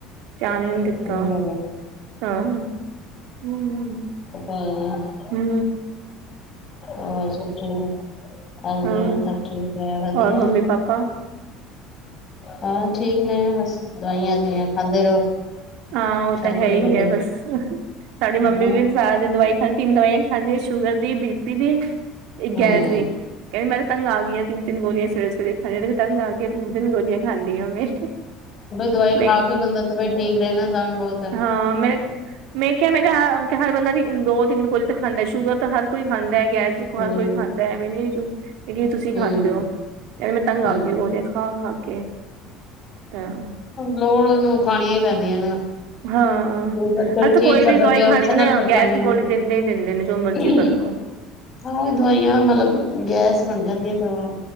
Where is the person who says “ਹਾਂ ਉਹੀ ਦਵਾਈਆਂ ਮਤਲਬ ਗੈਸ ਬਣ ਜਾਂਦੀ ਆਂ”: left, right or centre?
Left